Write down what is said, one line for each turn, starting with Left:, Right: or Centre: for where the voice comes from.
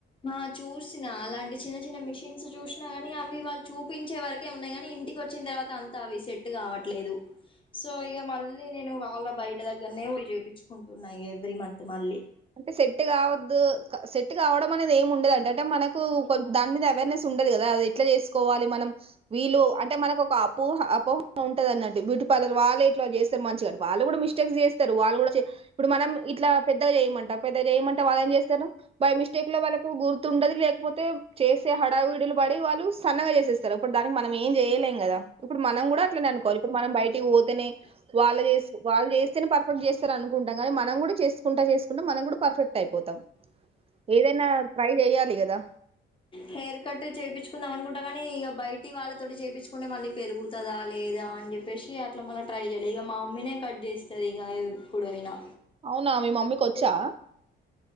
Left: ఆ చూసినా అలాంటి చిన్న చిన్న మిషన్స్ చూసినా కాని అవి వాళ్ళు చూపించే వరకే ఉన్నాయి కానీ ఇంటికి వచ్చి న తర్వాత అంత అవి సెట్ కావట్లేదు సో ఇగ మళ్ళీ నేను వాళ్ళ బయట దగ్గరనే పోయి చేపిచుకుంటున్నా ఇక ఎవ్రీ మంత్ మళ్ళీ
Right: అంటే సెట్ కావద్దు క సెట్ కావడం అనేది ఏమి ఉండదట అంటే మనకు దాని మీద అవేర్నెస్ ఉ ఉండదు కదా అది ఎట్లా చేసుకోవాలి మనం వీళ్ళు అంటే మనకు ఒక పోహ అపోహ ఉంటంది అన్నట్టు బ్యూటీ పార్లర్ వాళ్ళే ఇట్లా చేస్తారు మంచిగా వాళ్ళు కూడా మిస్టేక్స్ చేస్తారు వాళ్ళు కూడా చే ఇప్పుడు మనం ఇట్లా పెద్దగా చేయమంట పెద్దగా చేయమంటే వాళ్ళ ఏం చేస్తరు బై మిస్టేక్ లో వాళ్ళకు గుర్తుండది లేకపోతే చేసే హడావుడి పడి వాళ్ళు సన్నగా చేసేస్తరు అప్పుడు దానికి మనం ఏం చేయలేం కదా ఇప్పుడు మనం కూడా అట్నే అనుకోవాల ఇప్పుడు మనం బయటి పోతేనే వాళ్ళ వాళ్ళు చేస్తేనే పర్ఫెక్ట్ చేస్తారు అనుకుంటాం కానీ మనం కూడా చేసుకుంట చేసుకుంటా పుడు మనం కూడా పర్ఫెక్ట్ అయిపోతాం ఏదైనా ట్రై చెయ్యాలి గదా
Left: హెయిర్ కట్ చేపిచ్చుకుందాం అనుకుట్టా గానీ ఇక బయటి వాళ్ళతోటి చేపిచ్చుకుంటే మళ్ళీ పెరుగుతదా లేదా. ఆని చెప్పేసి అట్లా మళ్ళ ట్రై జేయలే ఇగ మా అమ్మీ నే కట్ చేస్తది ఇగ ఎప్పుడైనా
Right: అవునా మీ మమ్మీకి
Left: నువ్వు
Right: ఒచ్చా